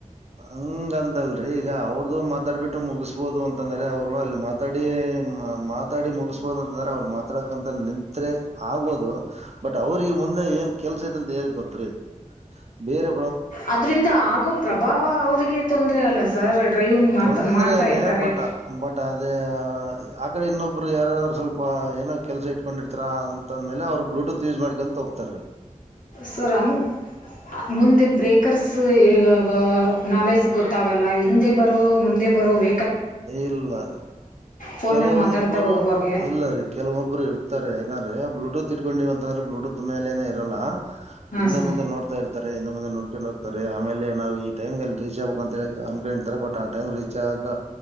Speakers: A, on the right (about 55°); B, on the left (about 85°).
A: ಹಂಗಂತಲ್ರರಿ ಈಗ ಅವ್ರದು ಮತ್ ಮಾತಾಡ್ಬಿಟ್ಟು ಮುಗಿಸಬಹುದು ಅಂತಂದ್ರೆ ಅವರು ಅಲ್ಲಿ ಮಾತಾಡಿ ಮಾತಾಡಿ ಮುಗಿಸಬಹುದು ಅಂತಂದ್ರೆ ಅವ್ರು ಮಾತಾಡಕಂತ ನಿಂತ್ರ ಆಗ್ಬಹದು ಬಟ್ ಅವ್ರಿಗೆ ಮುಂದೆ ಏನ್ ಕೆಲ್ಸ ಇ ಅಂತ ಹೇ ಗೊತ್ರಿ ಬೇರೆ
B: ಅದ್ರಿಂದ ಆಗೋ ಪ್ರಭಾವ ಅವರಿಗೆ ತೊಂದರೆ ಅಲ್ಲ ಸರ್ ಡ್ರೈವಿಂಗ್ ಮಾತ್
A: ತೊಂದ್ರೆನೆೇ
B: ಮಾಡ್ತಾ ಇರ್ತಾರೆ
A: ಬಟ ಬಟ್ ಅದೇ ಆ ಕಡೆ ಇನ್ನೊಬ್ರು ಯಾರಾದರು ಸ್ವಲ್ಪ ಏನೋ ಕೆಲಸ ಇಟ್ಕೊಂಡಿರ್ತಾರಾ. ಅಂದ್ಮೇ ಅವ್ರ ಬ್ಲೂತ್ ಯೂಸ್ ಮಾಡ್ಕಂತ ತ ಹೋಗ್ತಾರ್ರೀ.
B: ಸರ್ ಹಂಗ ಮುಂದೆ ಬ್ರೇಕರ್ಸ್ ಈ ನಾಲೆಜ್ ಗೊತ್ತಾಗಲ್ಲ ಹಿಂದೆ ಬರೋ ಮುಂದೆ ಬರೋ ವ
A: ಇಲ್ಲ ರೀ
B: ಫೋನಲ್ಲಿ
A: ಕೆಲವೊಂದಬ್ಬರು
B: ಮಾತಾಡ್ತಾ ಹೋಗುವಾಗೆ
A: ಇಲ್ಲ ರೀ ಕೆಲವೊಬ್ಬರು ಇರ್ತಾರೆ ಯಾಕಂದ್ರೆ ಬ್ಲೂಟೂತ್ ಇಟ್ಕೊಂಡಿವವ ಅಂತಂದ್ರೆ ಬ್ಲೂಟೂತ್ ಮೇಲೆನೆ ಇರಲ್ಲ
B: ಹಾಂ
A: ಹಿಂದೆ
B: ಸರ್
A: ಮುಂದೆ ನೋಡ್ತಾ ಇರ್ತಾರೆ. ನ್ನು ಮುಂದ ನಡ್ಕೊಂಡು ಹೋಗ್ತಾರೆ. ಆಮೇಲೆ ನಾವು ಈ ಟೈಮಗೆಲ್ಲಿಬೇಕ ಅಂತ ಅನ್ಕೊಂಡತಾರ ಬಟ್ ಟೈಮ ರೀಚ್ ಆಗಕ